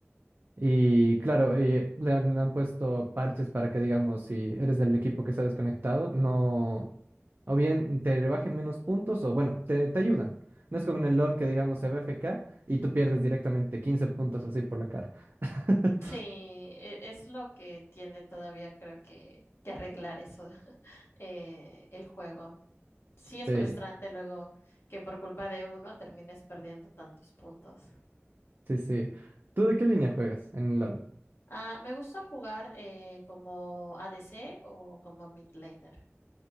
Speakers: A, on the right (about 55°); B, on the left (about 65°).
A: Y claro, y le han, han puesto parches para que, digamos, si eres del equipo que está desconectado, no, o bien te rebajen menos puntos o, bueno, te, te ayudan. No es como en el LOL que, digamos, se va FK y tú pierdes directamente 15 puntos así por la cara. <laughs>
B: Sí, e- es lo que tiene todavía creo que, que arreglar eso, <laughs> eh, el juego. sí es
A: Sí,
B: frustrante luego que por culpa de uno termines perdiendo tantos puntos.
A: sí, sí. ¿Tú de qué línea juegas en el LOL?
B: Ah, me gusta jugar eh, como ADC o como mid laner.